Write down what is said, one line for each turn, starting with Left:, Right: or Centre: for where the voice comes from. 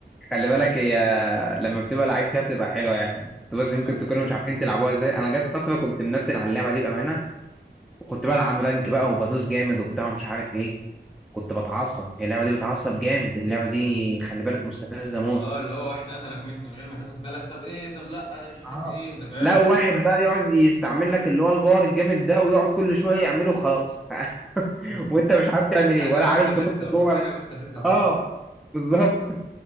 Centre: خلي بالك هي لما بتبقى لعيب فيها بتبقى حلوه يعني انتوا بس
Left: والله
Centre: يمكن تكونوا مش عارفين تلعبوها ازاي انا جت فتره كنت منتن على اللعبه دي بامانه وكنت بلعب رانك بقى وبدوس جامد وبتاع مش عارف ايه كنت بتعصب هي اللعبه دي بتعصب جامد اللعبه دي خلي بالك مستفزه موت
Left: اه اللي هو واحد قتلك منت من غير ما تاخد بالك طب ايه طب لا انا مش عارف
Centre: اه
Left: ايه انت فاهم
Centre: لا واحد بقى يقعد يستعمل لك اللي هو الباور الجامد ده ويقعد كل شويه يعمله خلاص <laughs>
Left: <laughs>
Centre: وانت مش عارف تعمل
Left: حاجة
Centre: ايه ولا
Left: مستفزة
Centre: عارف تنط
Left: بقى.
Centre: جوه
Left: حاجة
Centre: ال-
Left: مستفزة فعلا
Centre: اه بالظبط <laughs>